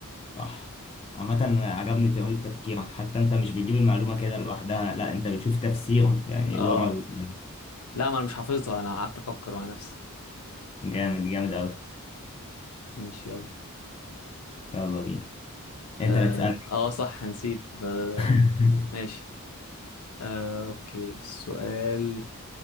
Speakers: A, on the left (about 25°); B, on the left (about 85°).
A: صح عامة عجبني طريقة تفكيرك حتى انت مش بتجيب المعلومة كده لوحدها لا انت بتشوف تفسير يعني
B: اه
A: ورا ال-
B: لا ما انا مش حافظها انا قعدت افكر مع نفسي
A: جامد جامد اوي
B: ماشي يلا
A: يلا بينا انت
B: اه,
A: اللي تسألني
B: آه صح نسيت ب-
A: <laughs>
B: ماشي آه اوكي السؤال